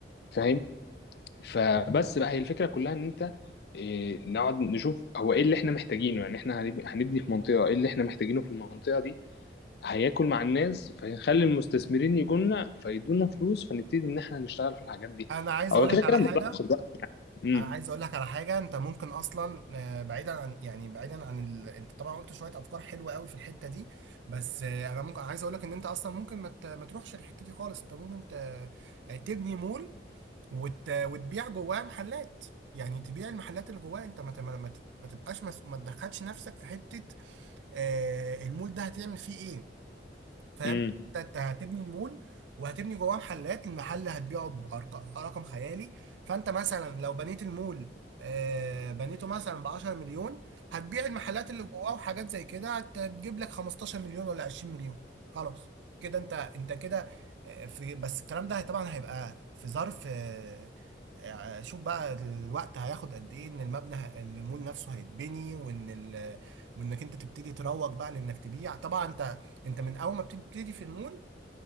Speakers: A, on the left; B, on the right.
A: فاهم فبس بقى هي الفكره كلها ان انت آه، نقعد نشوف هو ايه اللي احنا محتاجينه يعني احنا هنب- هنبني في منطقه ايه اللي احنا محتاجينه في المنطقه دي هياكل مع الناس فهنخلي المستثمرين يجولنا فيدونا فلوس فنبتدي ان احنا نشتغل في الحاجات دي
B: انا عايز
A: هو
B: اقول
A: كده
B: لك على
A: كده الموضوع
B: حاجة
A: هياخد وقت يعني امم
B: انا عايز اقول لك على حاجه انت ممكن اصلا آه، بعيدا عن يعني بعيدا عن ال... انت طبعا قلت شويه افكار حلوه قوي في الحته دي بس آه، انا ممكن عايز اقول لك ان انت اصلا ممكن ما, ت... ما تروحش الحته دي خالص انت ممكن ت... آه، تبني مول وت... وتبيع جواه محلات يعني تبيع المحلات اللي جواه انت ما ت... ما, ت... ما تبقاش مس... ما تدخلش نفسك في حته آه، المول ده هتعمل فيه ايه فاهم
A: امم
B: انت انت هتبني المول وهتبني جواه محلات المحل هتبيعه برقم خيالي فانت مثلا لو بنيت المول آه، بنيته مثلا ب 10 مليون هتبيع المحلات اللي جواه وحاجات زي كده هت- هتجيب لك 15 مليون ولا 20 مليون خلاص كده انت انت كده آه، في بس الكلام ده طبعا هيبقى في ظرف آه، آه، شوف بقى الوقت هياخد قد ايه ان المبنى ه- ان المول نفسه هيتبني وان ال- وانك انت تبتدي تروج بقى لانك تبيع طبعا انت انت من اول ما بتبتدي في المول